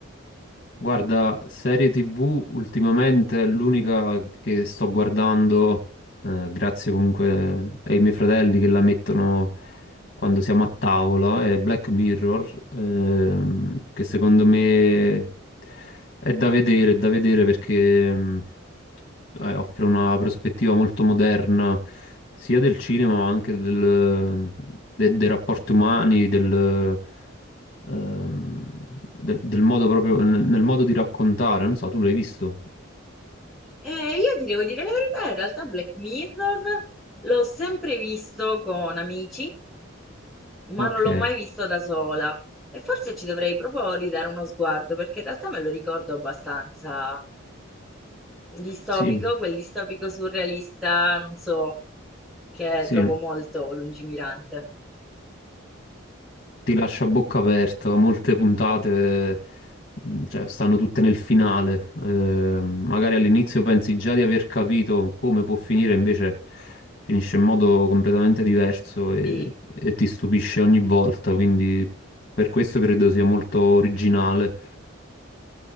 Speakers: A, on the left; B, in the centre.
A: Guarda, serie TV ultimamente l'unica che sto guardando, eh, grazie comunque ai miei fratelli che la mettono quando siamo a tavola, è Black Mirror, ehm, che secondo me è da vedere, è da vedere perché... mh, eh, offre una prospettiva molto moderna sia del cinema ma anche del- de- dei rapporti umani, del, ehm, del- del modo proprio, nel, nel modo di raccontare. Non so, tu l'hai visto?
B: Eh, io ti devo dire la verità, in realtà Black Mirror l'ho sempre visto con amici, ma
A: Ok,
B: non l'ho mai visto da sola. E forse ci dovrei proprio ridare uno sguardo perché in realtà me lo ricordo abbastanza distopico,
A: sì,
B: quel distopico surrealista, non so. che
A: sì.
B: trovo molto lungimirante.
A: ti lascia a bocca aperta. Molte puntate, mh, cioè, stanno tutte nel finale. Eh, magari all'inizio pensi già di aver capito come può finire, invece finisce in modo completamente diverso e,
B: Sì,
A: e ti stupisce ogni volta. Quindi per questo credo sia molto originale.